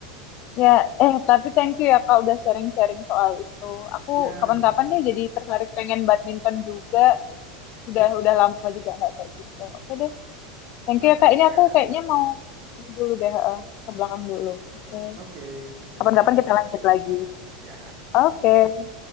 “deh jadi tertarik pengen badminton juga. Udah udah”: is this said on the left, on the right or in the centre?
Left